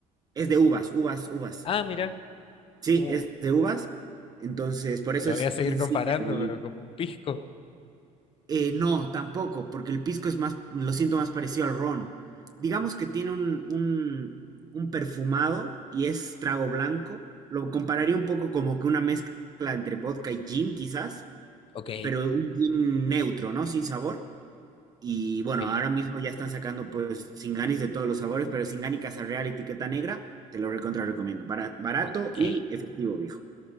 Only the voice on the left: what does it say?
Ah, mira,
como...
Lo
voy a seguir
comparando,
pero como un pisco.
Ok,
ok,
ok.